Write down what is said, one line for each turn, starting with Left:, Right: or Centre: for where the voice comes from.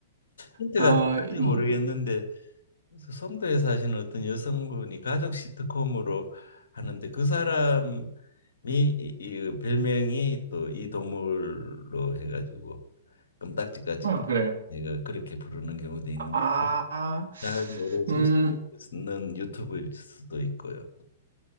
Left: 힌트가
Right: 아,
Left: 될지
Right: 이,
Left: 모르겠는데 그래서 송도에 사시는 어떤 여성분이 가족 시트콤으로 하는데 그 사람이 이, 이 별명이 또 이 동물로 해가지고 껌딱지같이
Right: 아,
Left: 부-
Right: 그래요.
Left: 내가 그렇게 부르는 경우도 있는데
Right: 아, 아,
Left: 잘 모르실
Right: 음,
Left: 수도 있는 유튜브일 수도 있고요.